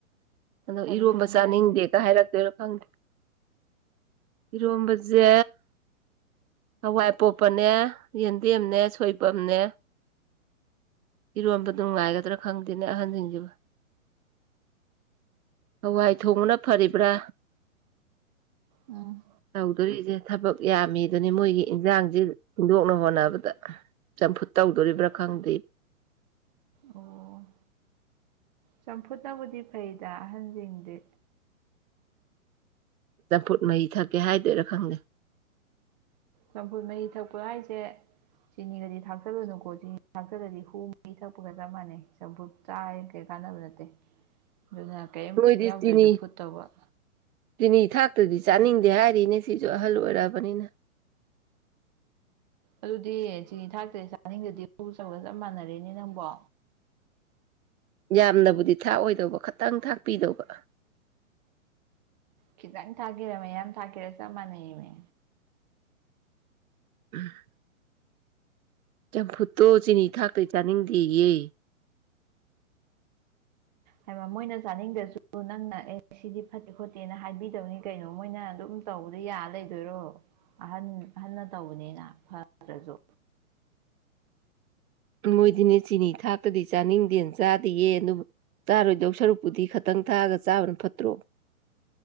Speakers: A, on the right (about 85°); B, on the right (about 30°).
A: ꯑꯗꯣ
B: ꯀꯔꯤ
A: ꯏꯔꯣꯝꯕ
B: ꯏꯔꯣꯟꯒꯦ
A: ꯆꯥꯅꯤꯡꯗꯦꯒ
B: ꯍꯥꯏꯅꯣ
A: ꯍꯥꯏꯔꯛꯇꯣꯏꯔꯣ ꯈꯪꯗꯦ꯫ ꯏꯔꯣꯝꯕꯁꯦ ꯍꯋꯥꯏ ꯑꯄꯣꯞꯄꯅꯦ ꯌꯦꯟꯗꯦꯝꯅꯦ ꯁꯣꯏꯚꯝꯅꯦ ꯏꯔꯣꯟꯕꯗꫭ ꯅꯨꯡꯉꯥꯏꯒꯗ꯭ꯔꯥ ꯈꯪꯗꯦꯅꯦ ꯑꯍꯟꯁꯤꯡꯁꯤꯕꯨ ꯍꯋꯥꯏ ꯊꯣꯡꯕꯅ ꯐꯔꯤꯕ꯭ꯔꯥ꯫
B: ꯎꯝ꯫
A: ꯇꯧꯗꯣꯔꯤꯁꯦ ꯊꯕꯛ ꯌꯥꯝꯃꯤꯗꯨꯅꯤ ꯃꯣꯏꯒꯤ ꯏꯟꯖꯥꯡꯁꯦ ꯊꯤꯟꯗꯣꯛꯅ ꯍꯣꯠꯅꯕꯗ ꯆꯝꯐꯨꯠ ꯇꯧꯗꯣꯔꯤꯕ꯭ꯔꯥ ꯈꯪꯗꯦ꯫
B: ꯑꯣ ꯆꯝꯐꯨꯠꯅꯕꯨꯗꯤ ꯐꯩꯗ ꯑꯍꯟꯁꯤꯡꯗꯤ
A: ꯆꯝꯐꯨꯠ ꯃꯍꯤ ꯊꯛꯀꯦ ꯍꯥꯏꯗꯣꯏꯔꯥ ꯈꯪꯗꯦ꯫
B: ꯆꯝꯐꯨꯠ ꯃꯍꯤ ꯊꯛꯄ ꯍꯥꯏꯁꯦ ꯆꯤꯅꯤꯒꯗꯤ ꯊꯥꯛꯆꯜꯂꯨꯅꯨꯀꯣ ꯆꯤꯅꯤ ꯊꯥꯛꯆꯜꯂꯗꯤ ꯍꯨ ꯃꯤ ꯊꯛꯄꯒ ꯆꯞ ꯃꯥꯟꯅꯩ ꯆꯝꯐꯨꯠ ꯆꯥꯔꯤꯈꯩ ꯀꯥꯟꯅꯕ ꯅꯠꯇꯦ ꯑꯗꯨꯅ ꯀꯔꯤꯝ
A: ꯃꯣꯏꯗꯤ
B: ꯌꯥꯎꯗꯕꯤꯗ
A: ꯆꯤꯅꯤ
B: ꯐꯨꯠ ꯇꯧꯕ
A: ꯆꯤꯅꯤ ꯊꯥꯛꯇꯗꯤ ꯆꯥꯅꯤꯡꯗꯦ ꯍꯥꯏꯔꯤꯅꯦ ꯁꯤꯁꯨ ꯑꯍꯜ ꯑꯣꯏꯔꯛ ꯑꯕꯥꯅꯤꯅ
B: ꯑꯗꯨꯗꯤ ꯆꯤꯅꯤ ꯊꯥꯛꯇ ꯆꯥꯅꯤꯡꯗꯗꯤ ꯍꯨ ꯁꯧꯕꯒ ꯆꯞ ꯃꯥꯟꯅꯔꯦꯅꯦ ꯅꯪꯕꯣ
A: ꯌꯥꯝꯅꯕꯨꯗꯤ ꯊꯥꯛꯑꯣꯏꯗꯧꯕ ꯈꯥꯇꯪ ꯊꯥꯛꯄꯤꯗꯧꯕ
B: ꯈꯤꯇꯪ ꯊꯥꯛꯀꯦꯔꯥ ꯃꯌꯥꯝ ꯊꯥꯛꯀꯦꯔꯥ ꯆꯞ ꯃꯥꯟꯅꯩꯃꯦ
A: <inaudible> ꯆꯝꯐꯨꯠꯇꯣ ꯆꯤꯅꯤ ꯊꯥꯛꯇ꯭ꯔꯥꯗꯤ ꯆꯥꯅꯤꯡꯗꯦꯌꯦ꯫
B: ꯍꯥꯏꯕ ꯃꯣꯏꯅ ꯆꯥꯅꯤꯡꯗ꯭ꯔꯁꯨ ꯅꯪꯅ ꯑꯦ ꯁꯤꯗꯤ ꯐꯠꯇꯦ ꯈꯣꯠꯇꯦꯅ ꯍꯥꯏꯕꯤꯗꯧꯅꯤ ꯀꯩꯅꯣ ꯃꯣꯏꯅ ꯑꯗꯨꯝ ꯇꯧꯕꯗꯤ ꯌꯥ ꯂꯩꯗꯣꯏꯔꯣ ꯑꯍꯟ ꯑꯍꯟꯅ ꯇꯧꯕꯅꯤꯅ ꯐꯠꯇ꯭ꯔꯁꯨ
A: ꯃꯣꯏꯗꯤꯅꯦ ꯆꯤꯅꯤ ꯊꯥꯛꯇꯔꯗꯤ ꯆꯥꯅꯤꯡꯗꯦꯅ ꯆꯥꯗꯦꯌꯦ ꯑꯗꯨꯕꯨ ꯆꯥꯔꯣꯏꯗꯧ ꯁꯔꯨꯛꯄꯨꯗꯤ ꯈꯥꯇꯪ ꯊꯥꯛꯑꯒ ꯆꯥꯕꯅ ꯐꯠꯇ꯭ꯔꯣ